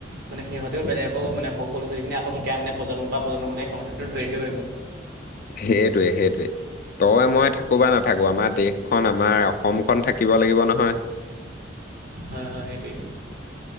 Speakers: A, on the right (about 50°); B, on the left (about 45°).
A: মানে সিহঁতেও বেলেগক মানে সৰু সৰু ল' ছালী খিনি আকৌ শিকাই মানে প্ৰজন্ম পা প্ৰজন্মলে সংস্কৃতিটো ধৰি ৰাখিব পাৰিব।
B: সেইটোৱে সেইটোৱে। তই মই থাকোঁ বা নাথাকোঁ আমাৰ দেশখন আমাৰ অসমখন থাকিব লাগিব নহয়।
A: হয় হয় সেইটোৱে।